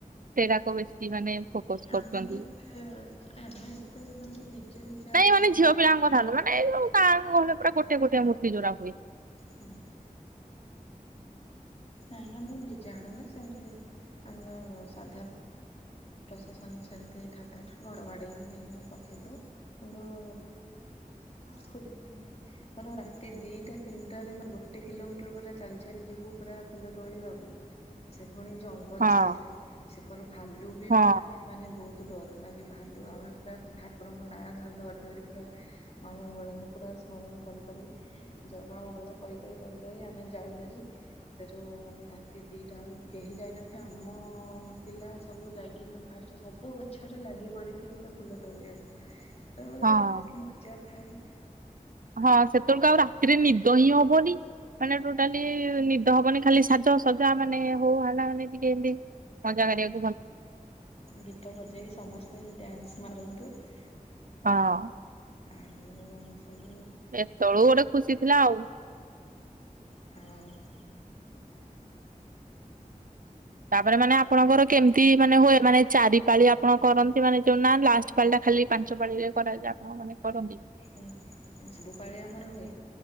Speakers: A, on the right; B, on the left.
A: ସେଟାକୁ ବେଶୀ ମାନେ ଫୋକସ କରୁଛନ୍ତି।
B: ଆମେ ଆମେ ଏତେ ମାନେ ଡିଜେ ଫିଜେ
A: ନାଇଁ
B: ଆଣିକିନା
A: ମାନେ ଝିଅ ପିଲାଙ୍କ କଥା ମାନେ ଯୋଉ ଗାଁ ଗହଳିରେ ପୁରା ଗୋଟେ ଗୋଟେ ମୁର୍ତ୍ତି ଯୋଉଁଗୁରା ହୁଏ
B: ହଁ ନାଇଁ ଆମେ ଡିଜେ ଆଣୁନା, ସେମିତି ଆମର ସାଧା ପ୍ରଶେସନ ସେମିତି ଠାକୁରଙ୍କୁ ଘଣ୍ଟ ବାଡେଇକି ନେଇକି ପକେଇ ଦଉ, କିନ୍ତୁ ଉ ହଁ ଖ <unintelligible> ରାତି ଦିଟା ତିନିଟାରେ ଗୋଟେ କିଲୋମିଟର ପୁରା ଚାଲି ଚାଲି ଯିବୁ ପୁରା ଫୁଲ ତୋଳିିବାକୁ ସେ ପୁଣି ଜଙ୍ଗଲ
A: ହଁ
B: ସାଇଡ ରେ, ସେକର ଭାଲୁ ବି
A: ହଁ
B: ବାହାରେ ମାନେ ବହୁତ ତୁ ଡର ଲାଗେ ଭାଲୁ ଆମେ ପୁରା ଠାକୁରଙ୍କ ନାଁ ଧରି ଧରି ପୁରା ମା ମଙ୍ଗଳାଙ୍କୁ ପୁରା ସ୍ମରଣ କରି କରି ଜୟ ମା ମଙ୍ଗଳା କହି କହି କହି କହି ଆମେ ଯାଉ ଯିବୁହାରି, ସେଠଉ ମାନେ ରାତି ଦିଟା ବେଳୁ କେହି ଯାଇନଥିବେ, ଆମ ପିଲା ସବୁ ଯାଇ ଫାଷ୍ଟ ସବୁ ଗଛରେ ଲାଗି ପଡିଥିବ ପୁରା ଫୁଲ ତୋଳିବାକୁ ତରେ
A: ହଁ।
B: <unintelligible> ଖୁସି ମଜା ଥାଏ ।
A: ହଁ ସେତେବେଳକୁ ଆଉ ରାତିରେ ନିଦ ହିଁ ହବନି । ମାନେ ଟୋଟାଲି ନିଦ ହବନି, ଖାଲି ସାଜ ସଜା ମାନେ ହୋହାଲା ମାନେ ଟିକେ ଏମତି ମଜା କରିବା।
B: ଗୀତ ବଜେଇକି ସମସ୍ତେ ଡ୍ୟାନ୍ସ ମାରନ୍ତୁ ।
A: ହଁ
B: ଆଉ ସବୁ
A: ସେତେବେଳୁ ଗୋଟେ ଖୁସି ଥିଲା ଆଉ
B: ହଁ ।
A: ତାପରେ ମାନେ ଆପଣଙ୍କର କେମିତି ମାନେ ହୁଏ ମାନେ--? ଚାରି ପାଳି ଆପଣ କରନ୍ତି ମାନେ ଯୋଉ ନା ଲାଷ୍ଟ ପାଳି ଟା ଖାଲି ପାଞ୍ଚ ପାଳି ରେ କରାଯାଏ ଆପଣଙ୍କ ମାନେ--? କରନ୍ତି?
B: ହଁ ଶୁଭ ପାଳି ଆମର ହୁଏ,